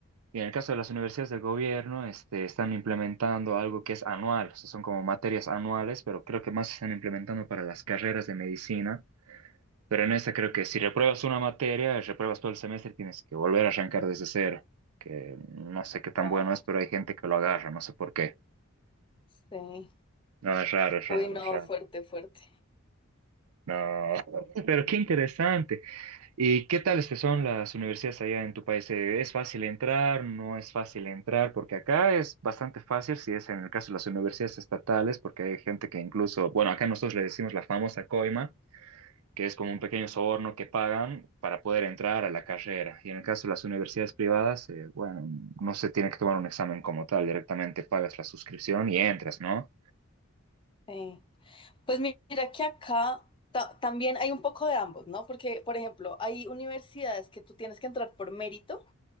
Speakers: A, on the right (about 85°); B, on the left (about 25°).
A: y en el caso de las universidades del gobierno, este, están implementando algo que es anual, o sea, son como materias anuales, pero creo que más se están implementando para las carreras de medicina. Pero en esta creo que si repruebas una materia, repruebas todo el semestre, tienes que volver a arrancar desde cero, que no sé qué tan
B: Wow.
A: bueno es, pero hay gente que lo agarra, no sé por qué.
B: Sí.
A: No, es raro, es
B: Uy,
A: raro,
B: no,
A: es raro.
B: fuerte, fuerte.
A: No, <laughs> pero qué interesante. ¿Y qué tales que son las universidades allá en tu país? Eh, ¿Es fácil entrar? ¿No es fácil entrar? Porque acá es bastante fácil si es en el caso de las universidades estatales, porque hay gente que incluso, bueno, acá nosotros le decimos la famosa coima, que es como un pequeño soborno que pagan para poder entrar a la carrera. Y en el caso de las universidades privadas, eh, bueno, no se tiene que tomar un examen como tal, directamente pagas la suscripción y entras, ¿no?
B: Sí. Pues mi- mira que acá ta- también hay un poco de ambos, ¿no? Porque, por ejemplo, hay universidades que tú tienes que entrar por mérito.